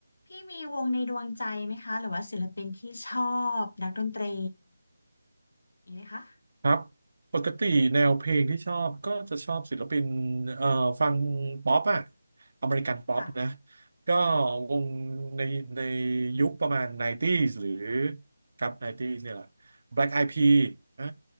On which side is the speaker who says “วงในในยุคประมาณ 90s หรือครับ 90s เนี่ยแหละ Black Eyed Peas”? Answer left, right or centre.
Right